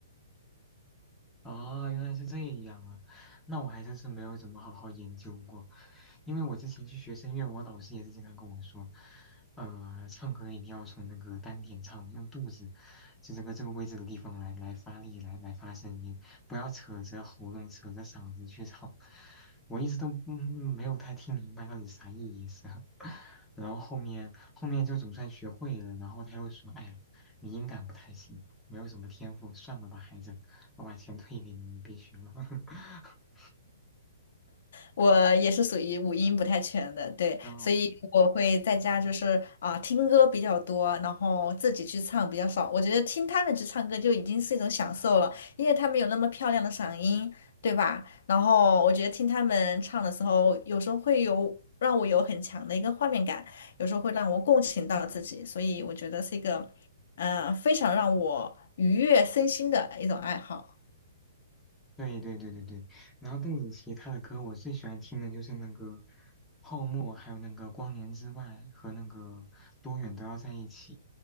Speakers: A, in the centre; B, on the left (about 60°).
A: 啊，原来是这样啊，那我还真是没有怎么好好研究过，因为我之前去学声乐，我老师也是经常跟我说，呃，唱歌一定要从那个丹田唱，用肚子，就这个这个位置的地方来来发力，来来发声音，不要扯着喉咙、扯着嗓子去唱。我一直都嗯没有太听明白到底啥意思，<laughs> 然后后面后面就总算学会了，然后他又说，哎呀，你音感不太行，没有什么天赋，算了吧，孩子。我把钱退给你，你别学了。<laughs>
B: 我也是属于五音不太全的，对，
A: 然后，
B: 所以我会在家就是啊、听歌比较多，然后自己去唱比较少。我觉得听他们去唱歌就已经是一种享受了，因为他们有那么漂亮的嗓音，对吧？然后我觉得听他们唱的时候，有时候会有让我有很强的一个画面感，有时候会让我共情到自己，所以我觉得是一个嗯、呃非常让我愉悦身心的一种爱好。
A: 对对对对对，然后邓紫棋她的歌，我最喜欢听的就是那个《泡沫》，还有那个《光年之外》和那个《多远都要在一起》。